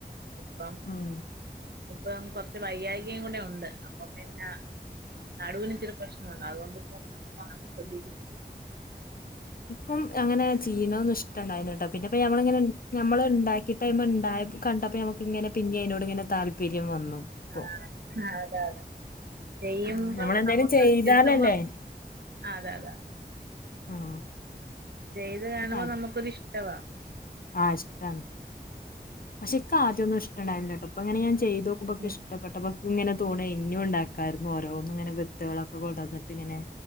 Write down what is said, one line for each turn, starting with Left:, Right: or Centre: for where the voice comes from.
Right: ഇപ്പം
Left: ഉം
Right: ഇപ്പം കുറച്ച് വൈയായികയും കൂടെ ഉണ്ട് അപ്പൊ പിന്നെ നടുവിന് ഇച്ചിരി പ്രശ്നമുണ്ട് അതു കൊണ്ടിപ്പ ശ്രദ്ധിക്കുന്നില്ല
Left: ഇപ്പം അങ്ങനെ ചെയ്യണ ഒന്നും ഇഷ്ടണ്ട അതിനോട്ട പിന്നെപ്പ ഞമ്മള ഇങ്ങനെ അങ്ങനെ ഇണ്ടായി കണ്ടപ്പോ ഞമ്മക് ഇങ്ങനെ പിന്നെ അതിനോട് ഇങ്ങനെ താല്പര്യം വന്നു ഇപ്പൊ
Right: ആഹ് ആഹ് അതെ ചെയ്യുമ്പം
Left: ആഹ് നമ്മളെന്തേലും
Right: നമുക്ക്
Left: ചെയ്താലല്ലേ
Right: കിട്ടുമ്പോ അതെ അതെ
Left: ആഹ്.
Right: ചെയ്ത്
Left: ഇപ്പൊ
Right: കാണുമ്പോൾ
Left: താല്
Right: നമുക്കൊരിഷ് ക്കവാ
Left: ആഹ് ഇഷ്ടാണ്.. പക്ഷെ ക്ക് ആദ്യംന്നും ഇഷ്ടണ്ടായ്രുന്നില്ലട്ടൊ. പ്പൊ ഇങ്ങനെ ഞാൻ ചെയ്തോ ക്കുമ്പൊക്ക്
Right: ഉം
Left: ഇഷ്ടപ്പെട്ട ബ ഇങ്ങനെ. തൂണെ ഇഞ്ഞുംണ്ടാക്കാര്ന്നു ഓരോന്നും ഇങ്ങനെ വിത്തക ളൊക്കെ കൊണ്ടന്ന്ട്ട് ഇങ്ങനെ.